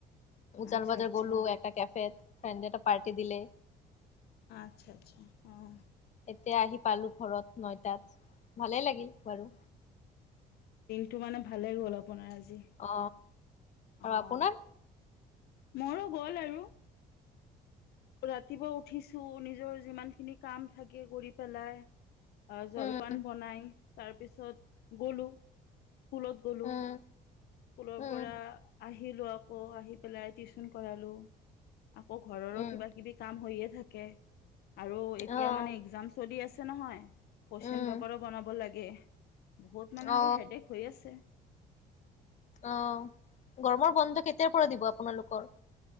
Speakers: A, on the left; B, on the left.
A: উজান
B: আচ্ছা
A: বাজাৰ
B: আচ্ছা
A: গ'লো এটা কেফেত ফ্ৰেণ্ড এটা পাৰ্টি দিলে।
B: আচ্ছা আচ্ছা অ',
A: এতিয়া আহি পালো ঘৰত নয়টাত ভালেই লাগিল বাৰু।
B: টো মানে ভালেই গ'ল আপোনাৰ আজি
A: অ আৰু
B: অ',
A: আপোনাৰ
B: মোৰো গ'ল আৰু। ৰাতিপুৱা উঠিছো নিজৰ যিমান খিনি কাম থাকে কৰি পেলাই জলপান
A: উম
B: বনাই তাৰপিছত গ'লো স্কুলত গ'লো।
A: উম
B: স্কুলৰ
A: উম
B: পৰা আহিলো আকৌ আহি পেলাই টিউচন কৰালো। আকৌ ঘৰৰো
A: উম
B: কিবা কিবি কাম হৈয়ে থাকে। আৰু এতিয়া
A: আহ
B: মানে একজাম চলি আছে নহয় কুৱেশন
A: উম
B: পেপাৰো বনাব লাগে। বহুত মানে
A: অ
B: আৰু হেডেক হৈ আছে।
A: অ', গৰমৰ বন্ধ কেতিয়াৰ পৰা দিব আপোনালোকৰ?